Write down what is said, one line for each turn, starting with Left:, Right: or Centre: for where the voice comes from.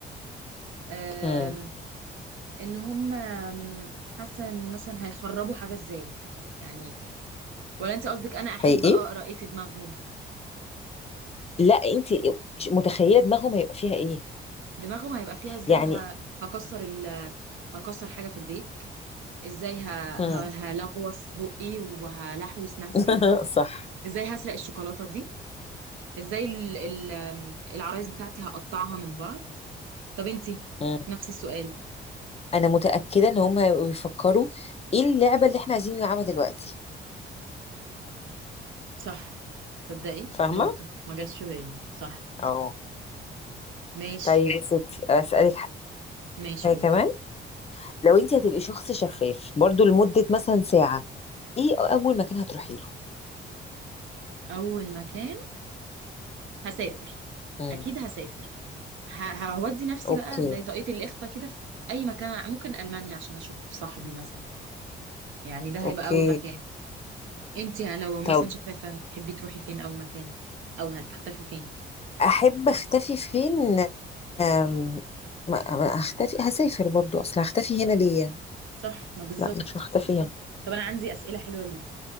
Right: آم،
Left: امم
Right: ان هم آم، حاسة ان مثلا هيخربوا حاجة ازاي يعني ولا انت قصدك انا احب
Left: حقيقي
Right: اقرا ايه في دماغهم
Left: لا انت متخيله دماغهم هيبقى فيها ايه
Right: دماغهم هيبقى فيها ازاي
Left: يعني
Right: ه- هكسر ال هكسر حاجة في البيت ازاي ه-
Left: امم
Right: ه- هلغوص بقي وهلحوس نفسي
Left: <laughs> صح
Right: ازاي هسرق الشوكولاتة دي ازاي ال- ال- آم، العرايس بتاعتي هقطعها من بعض طب انتي
Left: امم
Right: نفس السؤال
Left: انا متاكده ان هم هيبقوا بيفكروا ايه اللعبه اللي احنا عايزين نلعبها دلوقتي
Right: صح تصدقي
Left: فاهمة
Right: برضو ما جاش في بالي صح
Left: اه
Right: ماشي
Left: طيب يا ستي اسالك حاجه
Right: ماشي قولي
Left: كمان لو انت هتبقي شخص شفاف برضو لمده مثلا ساعه ايه اول مكان هتروحي له
Right: اول مكان هسافر
Left: امم
Right: اكيد هسافر ه- هودي نفسي
Left: اوكي
Right: بقى زي طاقية الإخفاء كده في أي مكان ممكن ألمانيا عشان أشوف صاحبي مثلا يعني ده
Left: اوكي
Right: هيبقى أول مكان انتي لو مثلا
Left: طب
Right: شفافة هتحبي تروحي فين أول مكان أو هتختفي فين
Left: احب اختفي فين أم... ما ما اختفي هسافر برضو اصل هختفي هنا ليه
Right: صح ما بالظبط
Left: لا مش هختفي هنا
Right: طب أنا عندي أسئلة حلوة ليك